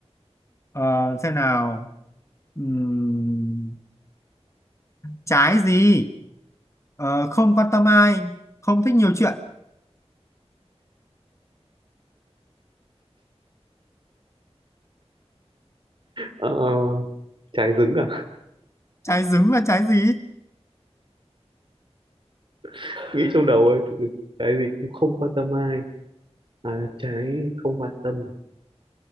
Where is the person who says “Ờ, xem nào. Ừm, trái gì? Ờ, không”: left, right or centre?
Left